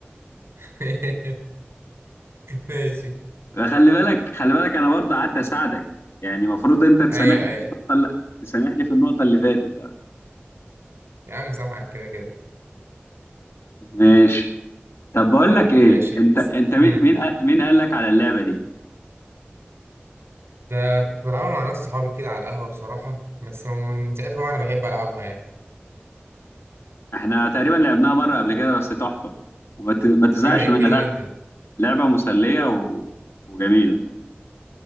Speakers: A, on the right; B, on the left.
A: <laughs> ماشي
B: خلي بالك خلي بالك انا برضه قعدت اساعدك يعني المفروض انت تسامحني
A: ايوه ايوه
B: في النقطه اللي تسامحني في النقطه اللي فاتت آه.
A: يا عم سامحك كده كده
B: ماشي طب بقول لك ايه
A: ماشي
B: انت انت مين
A: امم
B: مين قال- مين قال لك على اللعبه دي
A: ده كنت بلعبها مع ناس صحابي كده على القهوة بصراحة بس من من ساعتها بقى أنا بحب ألعبها يعني
B: احنا تقريبا لعبناها مره قبل كده بس تحفه وما ت- ما تزهقش
A: أه هي
B: منها
A: حلوة
B: لا
A: جدا
B: لعبه مسليه و... وجميله